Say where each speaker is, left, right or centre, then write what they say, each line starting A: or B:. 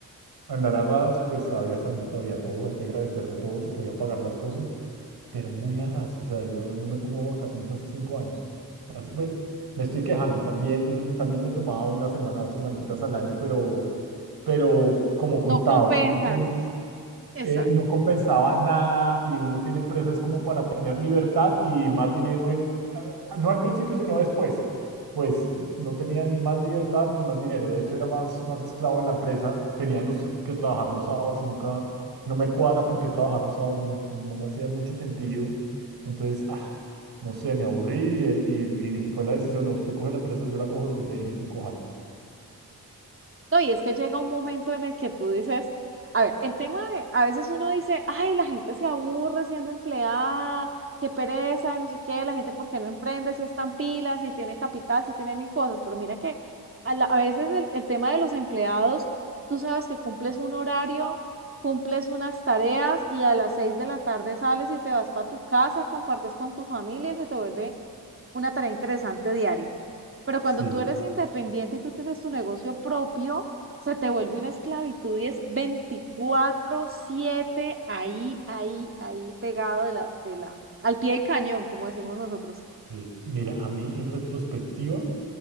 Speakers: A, on the right (about 80°); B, on the right (about 35°).
A: Andar a ras, pues había salud, había todo, hay que agradecer de todo, se podían pagar las cosas, pero muy a ras. O sea, yo no me tomo vacaciones hace cinco años. Así- bueno, me estoy quejando, también, también me tomaba una semana, dos semanitas al año, pero, pero como contado,
B: no compensan.
A: ¿sí me entiendes?
B: Exacto.
A: eh, no compensaba nada y uno tiene empresas como para tener libertad y más dinero en, a- no al principio, sino después. Pues no tenía ni más libertad ni más dinero. De hecho, era más, más esclavo de la empresa. Tenía los, que trabajar los sábados y nunca, no me cuadra porque trabajar los sábados no me, no me hacía mucho sentido. Entonces, ah, no sé, me aburrí y, él- y, y fue la decisión, no, usted coge la empresa, yo la cojo y yo le dije, cójala.
B: No, y es que llega un momento en el que tú dices, a ver, el tema de, a veces uno dice, ay, la gente se aburre siendo empleada, qué pereza, no sé qué, la gente por qué no emprende si es tan pila, si tiene capital, si tiene mil cosas, pero mira que a, la- a veces el, el tema de los empleados, tú sabes que cumples un horario, cumples unas tareas y a las seis de la tarde sales y te vas para tu casa, compartes con tu familia y se te vuelve una tarea interesante diaria. Pero cuando
A: Sí,
B: tú eres independiente y tú tienes tu negocio propio, se te vuelve una esclavitud y es veinticuatro siete ahí, ahí, ahí pegado de la, de la, al pie del cañón, como decimos nosotros.
A: sí. Mira, a mí en retrospectiva